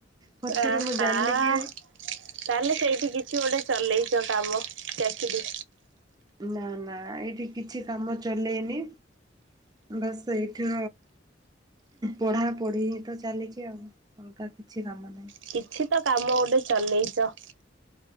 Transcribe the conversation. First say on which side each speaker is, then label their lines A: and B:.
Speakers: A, on the right; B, on the right.
A: ପଛରେ
B: ଅ
A: ମୁଁ
B: ହାଁ
A: ଜାଣିଲି କି
B: ତାହେଲେ ସେଇଠି କିଛି ଗୋଟେ ଚଲେଇଚ କାମ ଚାକିରି।
A: ନାଁ ନାଁ ଏଇଠି କିଛି କାମ ଚଲେଇନି ବସ ଏଇଠ ପଢାପଢି ତ ଚାଲିଚି ଆଉ ଅଲଗା କିଛି କାମ ନାହିଁ।
B: କିଛି ତ କାମ ଗୋଟେ ଚଲେଇଚ।